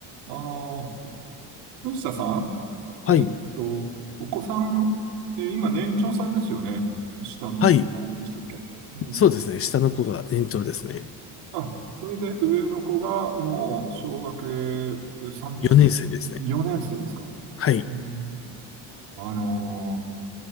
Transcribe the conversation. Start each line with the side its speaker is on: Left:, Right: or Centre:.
Right: あの、藤田さん、
Left: はい。
Right: えっと、お子さん、え今年長さんですよね。下の子でしたっけうん。
Left: はい。そうですね。下の子が年長ですね。
Right: あ、それで上の子がもう小学3年生です。
Left: 4年生ですね。
Right: 4年生ですか。
Left: はい。
Right: うん。あの、